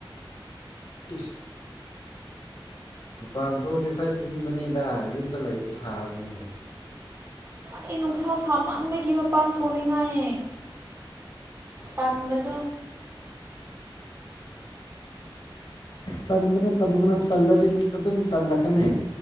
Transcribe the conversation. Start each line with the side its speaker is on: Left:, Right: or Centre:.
Left: ꯑ ꯂꯨꯄꯥ ꯑ ꯊꯣꯛꯑꯗꯤ ꯈꯔ ꯏꯪꯕꯅꯦꯗ ꯌꯨꯝꯗ ꯂꯩꯗ ꯁꯥꯕꯅꯦ
Right: ꯑꯩ ꯅꯨꯡꯁꯥ ꯁꯥꯃꯟꯕꯒꯤ ꯃꯄꯥꯟ ꯊꯣꯡꯅꯤꯡꯉꯥꯏ ꯇꯝꯕꯗꯣ
Left: ꯇꯟꯒꯅꯨ ꯇꯟꯒꯅꯨ ꯇꯜꯂꯗꯤ ꯑꯗꯨꯝ ꯇꯜꯂꯛꯀꯅꯤ